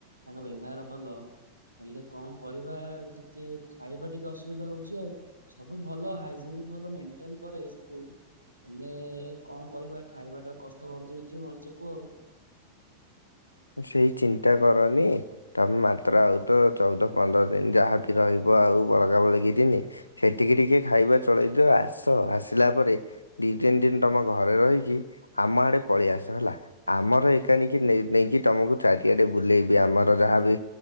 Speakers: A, on the right; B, on the left.
A: ତାଙ୍କ ବ୍ୟବହାର ଭଲ। ହେଲେ କଣ କରିବା ଟିକେ ଖାଇବା ଟିକେ ଅସୁବିଧା ହଉଛି ଆଉ। ସବୁ ଭଲ, ହାଇଜିନିକ ଭଲ ମେଣ୍ଟେନ କରେ ସବୁ। ହେଲେ କଣ କରିବା, ଖାଇବାଟା କଷ୍ଟ କରିଦଉଛି ମଣିଷକୁ ଆଉ।
B: ସେଇ ଚିନ୍ତା କରନି। ତମେ ମାତ୍ରା ଆଉ ତ ଚଉଦ ପନ୍ଦର ଦିନ ଯାହାବି ରହିବ ଆଉ ବଳକା ବଲକି ଦିନି ସେତିକି ଟିକେ ଖାଇବା ଚଳେଇଦିଅ ଆସ ଆସିଲା ପରେ ଦି ତିନି ଦିନ ତମ ଘରେ ରହିକି ଆମ ଆଡେ ପଳିଆସ ହେଲା ଆମର ଏକାନିକି ନେଇକି ତୁମକୁ ଚାରିଆଡ଼େ ବୁଲେଇବି। ଆମର ଯାହାବି